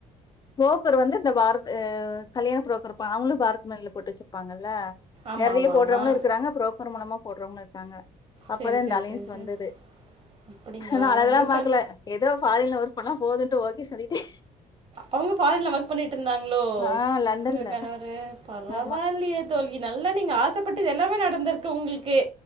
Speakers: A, on the left (about 25°); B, on the right (about 40°).
A: போப்பர் வந்து இந்த பாரத்து கல்யாண புரோக்கரு ப அவுங்ளு பாரத் மனில போட்டு வச்சிருப்பாங்கல்ல
B: ஆமாம்
A: நெறைய
B: ஆமாம்
A: போட்றவுங்ளு
B: ஆமாம்
A: இருக்குறாங்க புரோக்கர் மூலமா போட்றவுங்ளு இருக்காங்க அப்பதா
B: சரி சரி
A: இந்த அலையன்ஸ்
B: சரி சரி
A: வந்துது
B: அப்படிங்களா
A: <unintelligible>
B: உங்கள்
A: பாக்குல
B: கண்
A: எதோ ஃபாரின்ல ஒர்க் பண்ணா போதுன்ட்டு ஓகே சொல்லிட்டே
B: அவுங்க ஃபாரின்ல ஒர்க் பண்ணிட்ருந்தாங்ளோ
A: ஆ லண்டன்ல
B: உங்க கணவரு பரவால்லியே
A: ஆமா
B: தோல்வி நல்லா நீங்க ஆசப்பட்டுது எல்லாமே நடந்துருக்கு உங்குள்க்கு